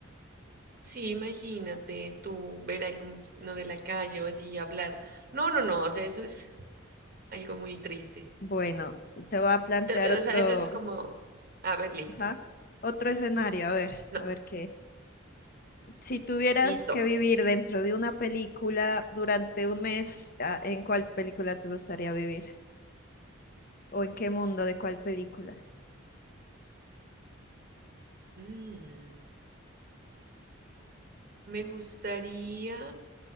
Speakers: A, on the right (about 45°); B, on the left (about 45°).
A: Sí, imagínate tú ver a alguno de la calle o así hablar. No, no, no, o sea, eso es algo muy triste.
B: Bueno, te voy a plantear
A: te-
B: otro,
A: o sea, eso es como, a ver, listo.
B: ajá, otro escenario, a ver,
A: No,
B: a ver qué. Si tuvieras
A: listo.
B: que vivir dentro de una película durante un mes, ah, ¿en cuál película te gustaría vivir? ¿O en qué mundo de cuál película?
A: Mm, me gustaría...